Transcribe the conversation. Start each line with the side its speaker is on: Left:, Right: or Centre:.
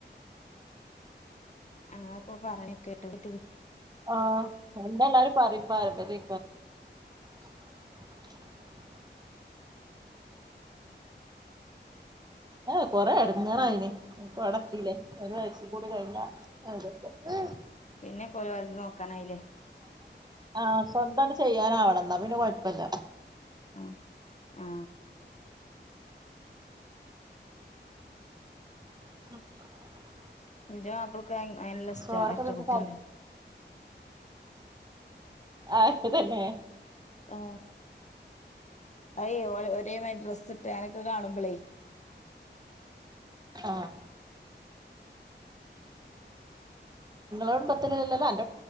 Left: അങ്ങപ്പൊ പറഞ്ഞ കേ കേട്ടട്ട
Right: ആ എന്താ എല്ലാരും പറയും പാരമ്പര്യ <unintelligible> ആഹ കൊറെ എടങ്ങാറായിന്പ്പാ അവിടെ എത്തില്ലേ ഒരുവയസ്സും കൂടി കഴിഞ്ഞ അതെക്കെന്നേണ്
Left: പിന്നെക്കെ ഓലത് ഓല് നോക്കാനായില്ലേ
Right: ആ സ്വന്തണ്ട് ചെയ്യാന ആവണം എന്നാ പിന്നെ കുഴപ്പല്ല
Left: അ ആ
Right: <inaudible>
Left: ഇന്റെ മാപ്പളക്ക് അയനെല്ലഷ്ട്ട
Right: ചോറൊക്കെ
Left: എരട്ട
Right: തിന്ന്
Left: കുട്ടികളെ
Right: കള ആഹ് തന്നെ
Left: ആ അയ ഒരേ മാതിരിഡ്രെസ്സ് ഇട്ട് അങ്ങനെക്കെ കാണുമ്പളേ
Right: ആഹ് ഞങ്ങളെ കുടുംബത്തിലെ <unintelligible>